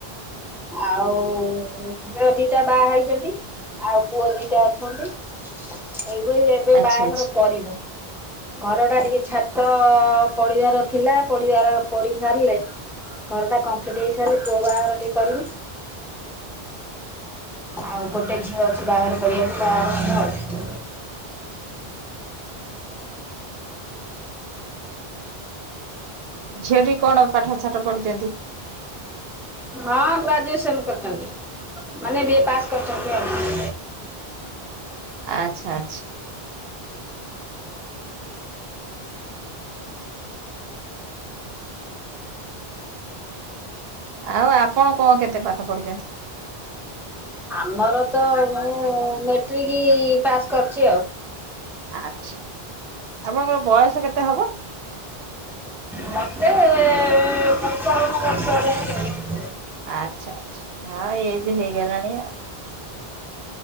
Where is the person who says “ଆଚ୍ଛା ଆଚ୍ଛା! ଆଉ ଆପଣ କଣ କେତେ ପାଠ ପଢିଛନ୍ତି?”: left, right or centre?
Right